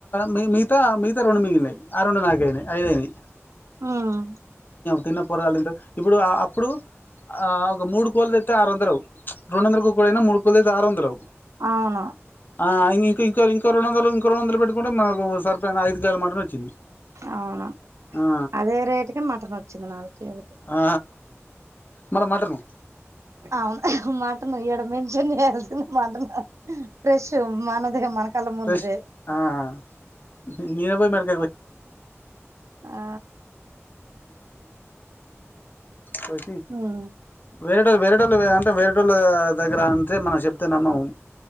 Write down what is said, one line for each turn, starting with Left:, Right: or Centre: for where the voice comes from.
Left: మీ మిగతా మిగతా రెండు మిగిలినయి ఆ రెండు నాకయినాయి ఐదు అయినాయి
Right: ఉమ్
Left: తిన్న పొరగాలు తింటా ఇప్పుడు అప్పుడు ఆ ఒక మూడు కోళ్ళు తెత్తే ఆరు వందలు అవు రెండు వందలు ఒక్క కోడి అయినా మూడు కోళ్ళు తెత్తే ఆరు వందలు అవు
Right: అవును
Left: ఆ ఇం ఇంకో ఇంకో రెండుందలు ఇంకో రెండు వందలు పెట్టుకుంటే మనకు సరిపోయిన ఐదు కిలోల మట్టన్ వచ్చింది
Right: అవును
Left: ఆ
Right: అదే రేటుకి మటన్ వచ్చింది నాలుగు కేజీలు
Left: ఆ మల మటను
Right: అవును మటను ఏడ మెన్షన్ చేయాల్సింది మటను ఫ్రెష్ మనది మన కళ్ళ ముందుదే
Left: ఫ్రెష్ ఆ <unintelligible> <unintelligible>
Right: ఆ
Left: పటీ
Right: హ్మ్
Left: వేరేటళ్ళ వేరేటోళ్ళ అంటే వేరేటళ్ళ దగ్గర అంటే మనం చెప్తే నమ్మము